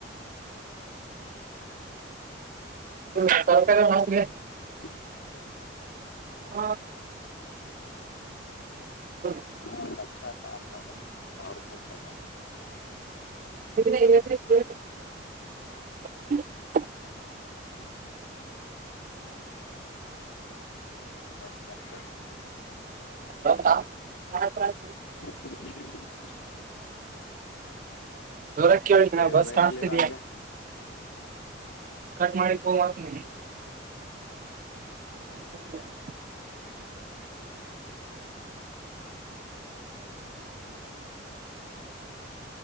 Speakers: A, on the right; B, on the left.
A: ಇದು ತರ್ಕಾರ ಮಾಗೆ
B: ಹ
A: ಹ <inaudible>
B: ಹಾ ಲಕ್ಷಕೊಂಡ ಸಾವ ರೂಪಾಯಿ ಶಕ
A: ಹ <inaudible>
B: ಹೊಸ್ ಬಂಕ
A: ಹೌದಾ <unintelligible>
B: <unintelligible>
A: ದೂರ ಕೇಳಿ
B: ಹಂಗೆ
A: ನಾ
B: ಇರೋ
A: ಬಸ್
B: ಲೈನಲ್ಲಿ
A: ಕಾಣಸ್ತಿದಿ
B: ಇರೋ ಹಂಗೆ
A: ಕಟ್ ಮಾಡಿಫ್ತ ಫೋನ್ ಮಾಡ್ತೀನಿ ಹೆ